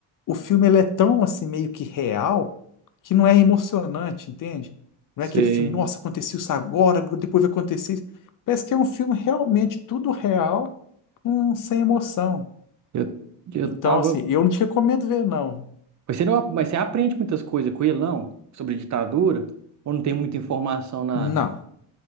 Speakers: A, on the left; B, on the right.
A: o filme ele é tão assim meio que real que não é emocionante, entende? Não
B: Sei.
A: é aquele filme, nossa, aconteceu isso agora, depois vai acontecer isso. Parece que é um filme realmente tudo real, hum, sem emoção.
B: Eu, eu
A: Então,
B: tava.
A: assim, eu não te recomendo ver, não.
B: Mas você não, mas você aprende muitas coisas com ele, não? Sobre ditadura? Ou não tem muita informação, nada?
A: Não.